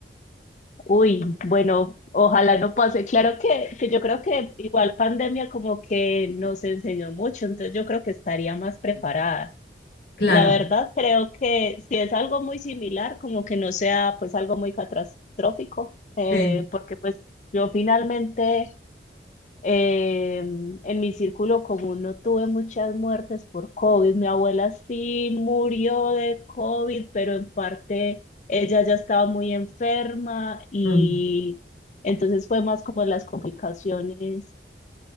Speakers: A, on the left (about 40°); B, on the left (about 65°).
A: Uy, bueno, ojalá no pase. Claro que, que yo creo que igual pandemia como que nos enseñó mucho, entonces yo creo que estaría más preparada.
B: Claro,
A: La verdad, creo que si es algo muy similar, como que no sea pues algo muy catastrófico, eh,
B: sí.
A: porque pues yo finalmente Eh, en mi círculo común no tuve muchas muertes por COVID. Mi abuela sí murió de COVID, pero en parte ella ya estaba muy enferma y
B: mm,
A: entonces fue más como las complicaciones